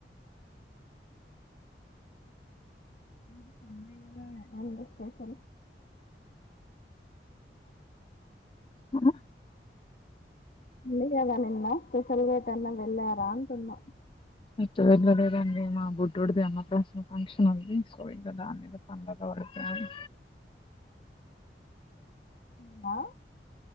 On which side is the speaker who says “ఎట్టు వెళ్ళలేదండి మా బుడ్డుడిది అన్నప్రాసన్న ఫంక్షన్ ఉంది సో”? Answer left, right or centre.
Left